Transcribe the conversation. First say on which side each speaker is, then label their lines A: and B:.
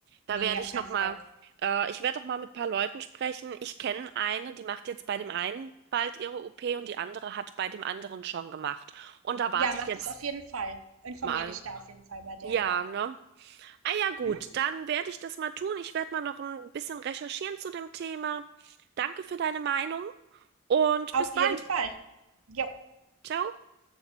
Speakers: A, on the right; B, on the right.
A: Da
B: Ne,
A: werde
B: auf
A: ich
B: keinen
A: noch
B: Fall.
A: mal, äh, ich werde doch mal mit ein paar Leuten sprechen. Ich kenne eine, die macht jetzt bei dem einen bald ihre OP und die andere hat bei dem anderen schon gemacht. Und da warte
B: Ja, mach
A: ich jetzt
B: das auf jeden Fall. Informier
A: mal.
B: dich da auf jeden Fall bei der,
A: Ja,
B: ja.
A: ne? Ah ja, gut,
B: Mhm.
A: dann werde ich das mal tun. Ich werde mal noch ein bisschen recherchieren zu dem Thema. Danke für deine Meinung und
B: Auf
A: bis bald.
B: jeden Fall. Jo.
A: Ciao.